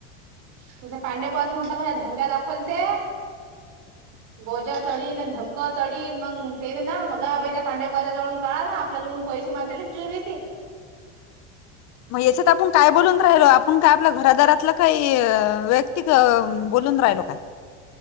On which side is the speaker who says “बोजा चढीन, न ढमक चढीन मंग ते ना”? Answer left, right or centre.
Right